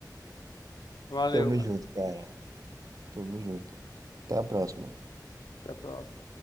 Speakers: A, on the left; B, on the right.
A: Valeu,
B: Tamo
A: mano.
B: junto, cara. Tamo junto. Até a próxima.
A: Até a próxima.